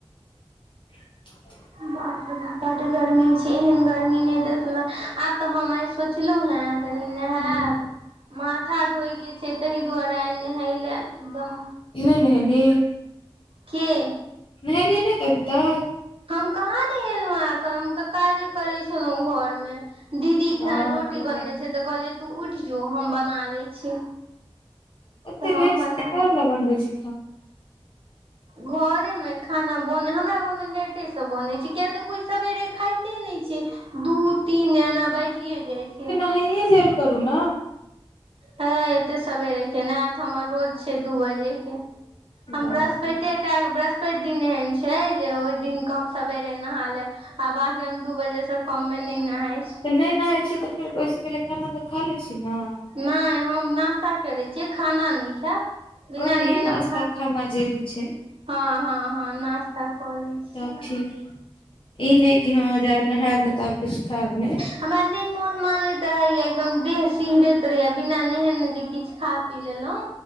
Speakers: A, on the left; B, on the right.
A: <inaudible>
B: बाप राप बड गर्मी छै एहन गर्मी नहि देखलू आब तऽ हम आइ सोचलहुं हें कनी नहायब
A: हूँ,
B: माथा धोय के छै ताहि दुआरे नहालय ले एकदम
A: नइ नेहली
B: केे
A: नेएलहिए नही अभी तक
B: हम कहाँ नेएलहुँ ह एखन हम तऽ काजे करै छलहुँ घर मे दीदी
A: बाप
B: रोटी
A: रे
B: बनबे
A: बाप
B: छै तऽ कहलिये तू उठ जो हम बना ले छी
A: एते
B: तऽ हम
A: लेट
B: बनाउ
A: से खाना बनबै छी
B: घरे मे खाना बने हमरा घर मे लेटेसँ बन छै किया तऽ को सबेेरे खाइ तऽ े नहि छै दू तीन एना बाजिे जाइ छै
A: खाए लेल करू ने
B: हे एते सबेरे के ने आयत हमर रोज छै दू बजे के हम
A: बाप
B: बृहस्पतिे
A: रे
B: टा वृहस्प पत दिन एहन छै जे ओहि दिनक कऽ हम सबेरे नहा लेब आब आके हम दू बजे से कम मे न नाहाय
A: तऽ नहि नहााय छियै तऽ फेर ओहिसँ पहिले खाना तऽ खा लै छी ने
B: नहि हम नास्ता करैत छियै खाना नहि खायब बिना
A: वही
B: नहेने
A: नाश्ता
B: हम
A: खाना जे भी छै
B: हँ हँ हँ ना श्ता कऽ लै छियै
A: तब ठीक ह ई नहि कि हँ जेब नहायब ने त आब किछु खायब नहि
B: हमरा नहि मोन मानैत रहया एकदम देह सिहरैत रहेया बिना नेहेन जे किछ खा पी लेलहुँ